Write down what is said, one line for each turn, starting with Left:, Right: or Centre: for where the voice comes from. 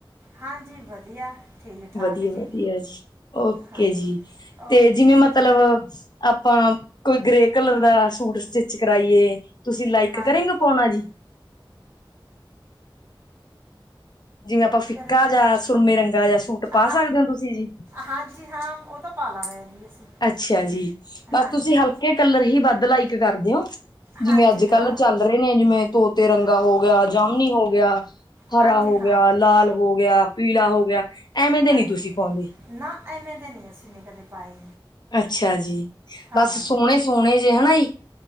Right: ਹਾਂਜੀ, ਵਧੀਆ, ਠੀਕ- ਠਾਕ
Left: ਵਧੀਆ-ਵਧੀਆ
Right: ਜੀ।
Left: ਜੀ ਓਕੇ
Right: ਹਾਂ,
Left: ਜੀ। ਤੇ
Right: ਓਕੇ।
Left: ਜਿਵੇਂ
Right: ਜੀ
Left: ਮਤਲਬ, ਆਪਾਂ, ਕੋਈ ਗ੍ਰੇ ਕਲਰ ਦਾ ਸੂਟ ਸਟਿਚ ਕਰਾਈਏ। ਤੁਸੀਂ, ਲਾਈਕ
Right: ਹਾਂਜੀ
Left: ਕਰੇਂਗੇ ਪਾਉਣਾ ਜੀ। ਜਿਵੇਂ ਆਪਾਂ ਫਿਕਾ
Right: ਗਰੇਟ
Left: ਜਾ, ਸੁਰਮੇ ਰੰਗਾ ਜਾ ਸੂਟ ਪਾ
Right: ਹਾਂ
Left: ਸਕਦੇ ਹੋ? ਤੁਸੀਂ ਜੀ।
Right: ਹਾਂਜੀ ਹਾਂ ਉਹ ਤਾਂ ਪਾ ਲਾਂਗੇ ਜੀ ਅਸੀਂ
Left: ਅੱਛਾ, ਜੀ। ਬਸ
Right: ਹਾਂਜੀ
Left: ਤੁਸੀਂ ਹਲਕੇ ਕਲਰ ਹੀ, ਬੱਦਲ- ਲਾਈਕ ਕਰਦੇਓ।
Right: ਹਾਂਜੀ
Left: ਜਿਵੇਂ ਅੱਜ ਕੱਲ,
Right: ਹਾਂ
Left: ਚੱਲ ਰਹੇ ਨੇ ਜਿਵੇਂ ਤੋਤੇ ਰੰਗ। ਗਾ ਹੋ ਗਿਆ, ਜਾਮਨੀ ਹੋ ਗਿਆ, ਹਰਾ
Right: ਹਾਂਜੀ
Left: ਹੋ
Right: ਹਾਂ
Left: ਗਿਆ, ਹੋ ਗਿਆ, ਲਾਲ ਹੋ ਗਿਆ, ਪੀਲਾ ਹੋ ਗਿਆ ਐਵੇਂ ਦੇ
Right: ਹਾਂਜੀ
Left: ਨੀ ਤੁਸੀਂ ਪਾਉਂਦੇ।
Right: ਨਾ। ਐਵੇਂ ਦੇ ਨਹੀਂ, ਅਸੀਂ ਨੇ ਕਦੇ ਪਾਏ।
Left: ਅੱਛਾ ਜੀ,
Right: ਹਾਂ
Left: ਬਸ ਸੋਹਣੇ- ਸੋਹਣੇ ਜੇ ਹੈਨਾ, ਜੀ।